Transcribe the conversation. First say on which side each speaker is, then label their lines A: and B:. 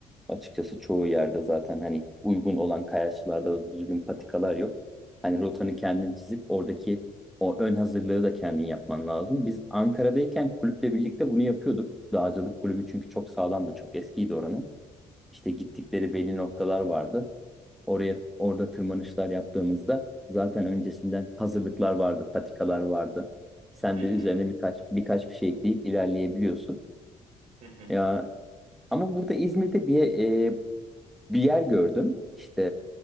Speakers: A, in the centre; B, on the right.
A: Açıkçası çoğu yerde zaten hani uygun olan kayaçlarda da düzgün patikalar yok. Hani rotanı kendin çizip oradaki o ön hazırlığı da kendin yapman lazım. Biz Ankara'dayken kulüple birlikte bunu yapıyorduk. Dağcılık kulübü çünkü çok sağlamdı, çok eskiydi oranın. İşte gittikleri belli noktalar vardı. Oraya orada tırmanışlar yaptığımızda zaten öncesinden hazırlıklar vardı, patikalar vardı. Sen
B: Hı
A: de
B: hı,
A: üzerine birkaç birkaç bir şey ekleyip ilerleyebiliyorsun.
B: hı hı.
A: Ya ama burada İzmir'de bir e, bir yer gördüm. İşte